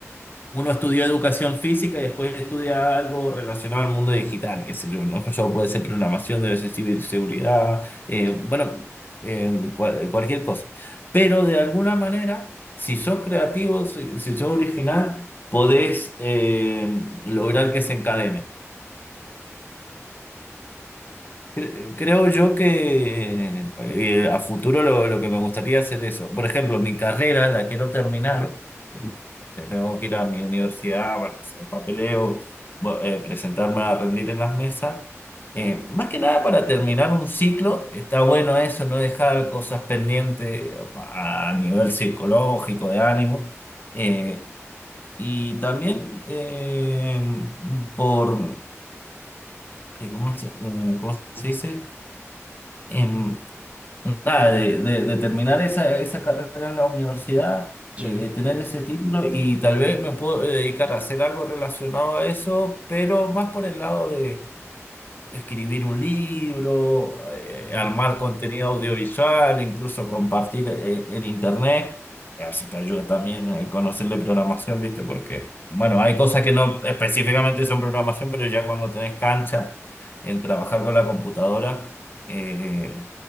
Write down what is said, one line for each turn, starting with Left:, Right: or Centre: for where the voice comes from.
Left: uno estudió educación física y después estudia algo relacionado al mundo digital, qué sé yo, ¿no? Yo puede ser programación, debe ser ciberseguridad, eh,
Right: Sí,
Left: bueno, em, cual- cualquier cosa. Pero de alguna manera, si sos creativo, si, si sos original, podés em, lograr que se encadene. Cre- Creo yo que eh, a futuro lo, lo que me gustaría hacer eso. Por ejemplo, mi carrera la quiero terminar. eh, Tengo que ir a mi universidad, bueno, hacer papeleo, bo- eh, presentarme a rendir en las mesas. Eh, más que nada para terminar un ciclo, está bueno eso, no dejar cosas pendientes a nivel psicológico, de ánimo. Eh, y también eh, por, eh, ¿cómo se eh, cómo se dice? Em, Nada, de, de- de terminar esa, esa carrera en la universidad, eh,
Right: sí.
Left: tener ese título y tal vez me puedo dedicar a hacer algo relacionado a eso, pero más por el lado de escribir un libro, eh,
Right: Mm,
Left: armar contenido audiovisual, incluso compartir eh, en internet. Eso te ayuda también a conocer de programación, ¿viste? Porque, bueno, hay cosas que no específicamente son programación, pero ya cuando tenés cancha en trabajar con la computadora. eh,